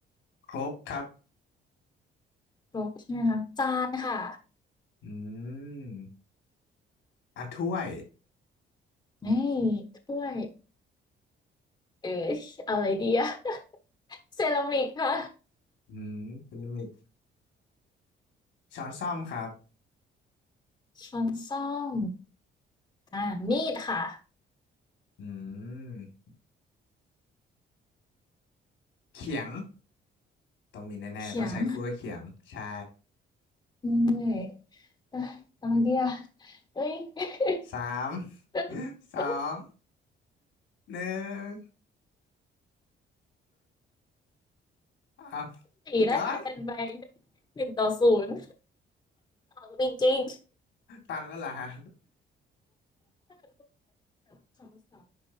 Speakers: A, on the left; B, on the left.
A: ครกครับ
B: ครบใช่ไหมคะจานค่ะ
A: อืมอ่ะถ้วย
B: นี่ถ้วยเอ๊ะอะไรดีอะ <laughs> เซรามิกค่ะ
A: อืมเป็นลิมิกช้อนส้อมครับ
B: ช้อนส้อมอ่ามีดค่ะ
A: อืมเขียงต้องมีแน่ๆต้องใช้คู่กับเขียงใช่
B: เขียงเลยเอ้ยทำไมดีอ่ะเอ้ยเอ้ย
A: สาม
B: เอ้ย
A: <laughs> สองหนึ่งอ้าว
B: สี่ได้คะแนนไป
A: พี่จอย
B: หนึ่งต่อศูนย์ออจริง
A: ตันแล้วเหรอฮะ
B: ๆถ้าเป็นพวกแบบคำศัพท์